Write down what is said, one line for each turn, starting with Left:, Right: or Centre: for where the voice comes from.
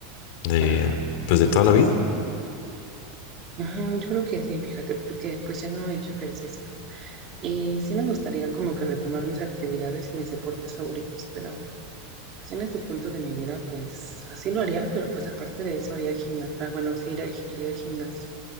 Left: de,
Right: Ajá,
Left: pues, de toda la vida.
Right: ajá, yo creo que sí, fíjate, porque pues ya no he hecho ejercicio. Y sí me gustaría como que retomar mis actividades y mis deportes favoritos, pero Pues en este punto de mi vida, pues así lo haría, pero pues aparte de eso haría gimnasio, bueno, sí iría, iría al gimnasio,